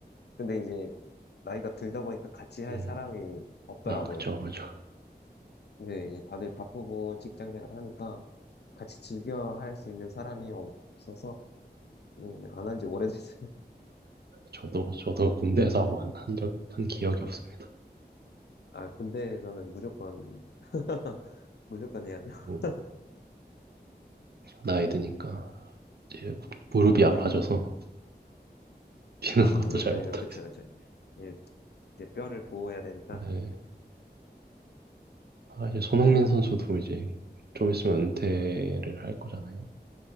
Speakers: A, on the left; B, on the right.
A: 근데 이제 나이가 들다 보니까 같이 할
B: 음,
A: 사람이 없더라고요.
B: 아, 그죠, 그죠.
A: 근데 이제 다들 바쁘고 직장 생활 하니까 같이 즐겨 할 수 있는 사람이 없어서 네, 안한 지 오래됐어요. <laughs>
B: 저도 저도 군대에서 뭐한 한적 한 기억이 없습니다.
A: 아, 군대에서는 무조건 <laughs> 무조건 해야 돼. <laughs>
B: 뭐, 나이 드니까 이제 무릎이
A: 그러니까요.
B: 아파져서 <laughs> 뛰는
A: 아,
B: 것도
A: 무릎,
B: 잘
A: 예,
B: 못하겠어요.
A: 그쵸, 그쵸. 예, 이제 뼈를 보호해야 되니까.
B: 네. 아 이제 손흥민 선수도 이제 좀 있으면 은퇴를 할 거잖아요.